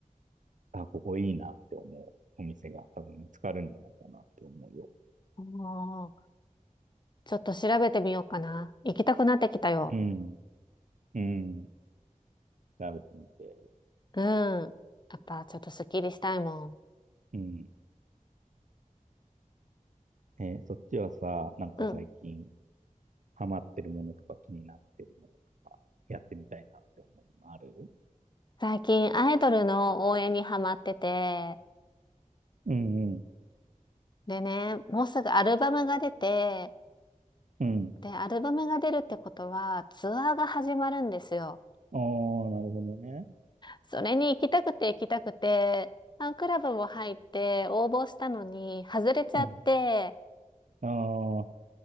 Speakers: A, on the right; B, on the left.
A: あ、ここいいなって思うお店が多分見つかるんじゃないかなって思うよ。
B: おーちょっと調べてみようかな。行きたくなってきたよ。
A: うん。うん。調べてみて。
B: うん。やっぱちょっとすっきりしたいもん。
A: うん。えーそっちはさ、なんか最近
B: うん。
A: ハマってるものとか気になってるものとか、やってみたいなって思うものある
B: 最近アイドルの応援にハマってて、
A: うんうん。
B: でね、もうすぐアルバムが出て、
A: うん。
B: で、アルバムが出るってことはツアーが始まるんですよ。
A: ああ、なるほどね。
B: それに行きたくて行きたくて、ファンクラブも入って応募したのに外れちゃって、
A: うん。<laughs> ああ、